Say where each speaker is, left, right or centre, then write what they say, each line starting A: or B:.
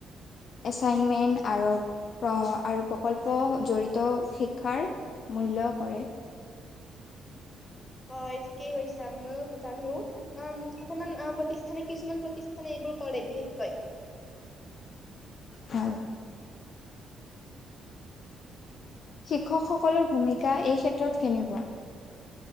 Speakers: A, on the left; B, on the left.
A: এছাইনমেণ্ট আৰু আৰু প্ৰকল্প জড়িত শিক্ষাৰ মূল্য কৰে।
B: হয় ঠিকেই কৈছা মই জানো অহ ', কেইটামান অহ ', প্ৰতিষ্ঠানে কিছুমান প্ৰতিষ্ঠানে এইবোৰ কৰে বিশেষকৈ।
A: হয়। শিক্ষকসকলৰ ভূমিকা এই ক্ষেত্ৰত কেনেকুৱা।